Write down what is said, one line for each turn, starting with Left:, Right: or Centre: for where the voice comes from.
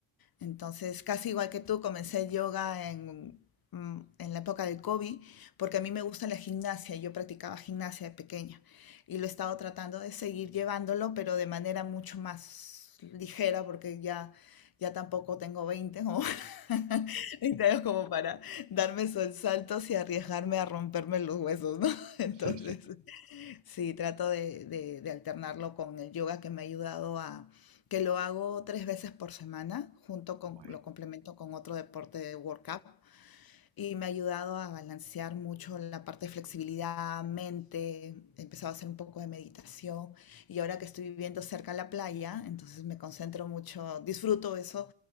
Left: Entonces, casi igual que tú, comencé yoga en, mm, en la época del COVID, porque a mí me gusta la gimnasia, yo practicaba gimnasia de pequeña y lo he estado tratando de seguir llevándolo, pero de manera mucho más ligera, porque ya, ya tampoco tengo 20 como, <laughs> 20 años como para darme esos saltos y arriesgarme a romperme los huesos, ¿no? <laughs> Entonces,
Right: sí, sí,
Left: Sí, trato de, de- de alternarlo con el yoga que me ha ayudado a, que lo hago tres veces por semana, junto con,
Right: muy
Left: lo
Right: bien.
Left: complemento con otro deporte de workout, y me ha ayudado a balancear mucho la parte de flexibilidad, mente, he empezado a hacer un poco de meditación, y ahora que estoy viviendo cerca de la playa, entonces me concentro mucho, disfruto eso